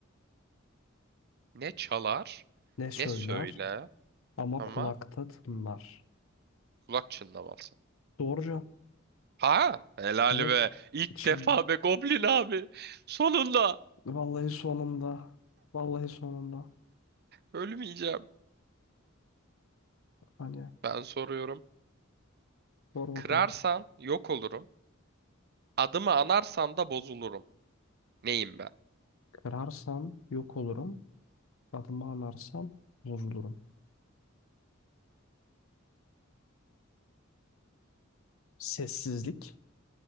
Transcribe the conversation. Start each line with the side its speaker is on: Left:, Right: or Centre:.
Right: Ne çalar
Left: Ne söyler
Right: ne söyle
Left: ama
Right: ama
Left: kulakta tınlar.
Right: kulak çınlaması.
Left: Doğru cevap.
Right: Ha helal
Left: Evet.
Right: be. İlk
Left: Şimdi
Right: defa be Goblin abi. Sonunda
Left: vallahi sonunda. Vallahi sonunda.
Right: ölmeyeceğim.
Left: Hani
Right: Ben soruyorum.
Left: sor bakalım.
Right: Kırarsan yok olurum. Adımı anarsan da bozulurum. Neyim ben?
Left: Kırarsam yok olurum. Adımı anarsam bozulurum. Sessizlik